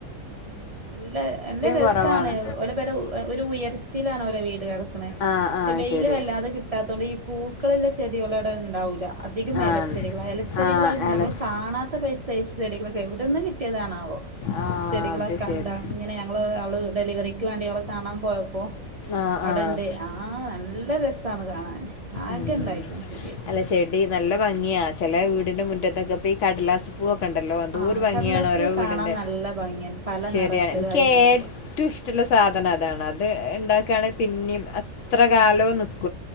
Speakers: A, on the right (about 55°); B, on the left (about 70°).
A: ഉം നല്ല നല്ല രസാണ്
B: കുറവാണ്
A: ഓല പെര ഒരു ഉയര്ത്ത് ത്തിലാണ ഓരെ വീട് കട ക്കണേ
B: ആഹ്
A: പക്ഷേ
B: ആഹ്
A: വെയില്
B: ശരി
A: വല്ലാതെ കിട്ടാത്തൊണ്ട് ഈ പൂക്ക പ്പള് വല്ല്യ ചെടികളവുടെ ണ്ടാവൂല അധികം
B: ആഹ്
A: എലച്ചെടികളാ എലച്ചെടികളത്
B: ആഹ്
A: നമ്മള്
B: എലസ്
A: കാണാത്ത പൈ ഈ സെയ്സ് ചെടികളൊക്കെ എവിടന്ന് കിട്ടിയതാണാവോ.
B: ആഹ്
A: ചെടികളൊക്കെ
B: അത്
A: കണ്ട്
B: ശരി
A: അങ്ങനെ ഞങ്ങള് അവള് ഡെലിവറി <unintelligible> വേണ്ടി <unintelligible> പോയപ്പോ
B: ആഹ്
A: അവിടെണ്ട്
B: ആഹ്
A: ആ നല്ല നല്ല രസാണ് കാണാൻ ആകെ
B: ഉം
A: ഇണ്ടായിക്ക്ണ് ചെടിയായിട്ട്
B: അല്ല ചെടി നല്ല ഭംഗിയാ ചില വീടിന്റെ മുറ്റത്ത്ഒക്കെ ഇ കടലാസ്പൂ ണ്ടല്ലോ എന്തൊരു
A: ആ
B: ഭംഗിയാണ്
A: കടലാസ്
B: ഓരോ
A: പൂ
B: വീടിന്റെ
A: കാണാൻ നല്ല ഭംഗിയാണ് പല
B: ശരിയാണ്
A: നിറത്തിലായി
B: എനിക്ക്
A: വരുമ്പോ
B: ഏറ്റവും ഇഷ്ടമുള്ള സാധനം അതാണ് അത് ഉണ്ടാക്കണെ പിന്നയും എത്രകാലവും നിക്കും